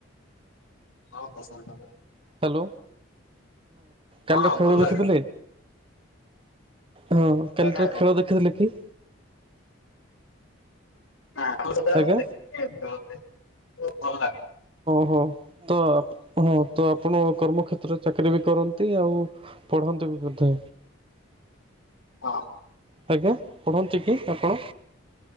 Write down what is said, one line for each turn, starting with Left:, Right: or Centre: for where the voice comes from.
Left: <inaudible>
Right: ହାଲୋ,
Left: ହଁ
Right: କାଲିର ଖେଳ
Left: ଭଲ ଲାଗେ
Right: ଦେଖିଥିଲେ? ହଁ, କାଲି
Left: ଭଲ ଲାଗେ ହଁ
Right: ଖେଳ
Left: ହଁ
Right: ଦେଖିଥିଲେ କି?
Left: <unintelligible>
Right: ଆଜ୍ଞା ହଁ, ତ ଆପଣ କର୍ମକ୍ଷେତ୍ରରେ ଚାକିରୀ ବି କରନ୍ତି। ଆଉ ପଢ଼ନ୍ତି ବି ବଧେ।
Left: <inaudible>
Right: ଆଜ୍ଞା, ପଢ଼ନ୍ତି କି ଆପଣ?